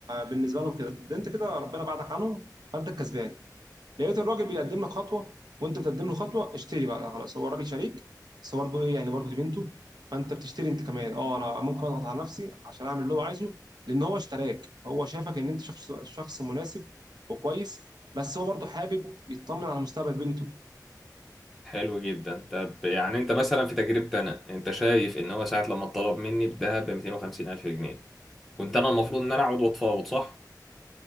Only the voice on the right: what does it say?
بالنسبه لهم كده ده انت كده ربنا بعدك عنهم فانت الكسبان لقيت الراجل بيقدم لك خطوه وانت بتقدم له خطوه اشتري بقى خلاص هو الراجل شريك بس برضه ايه يعني برضه دي بنته فانت بتشتري انت كمان اه انا ممكن اضغط على نفسي عشان اعمل اللي هو عايزه لان هو اشتراك هو شافك ان انت شخص شخص مناسب وكويس بس هو برضه حابب يطمن على مستقبل بنته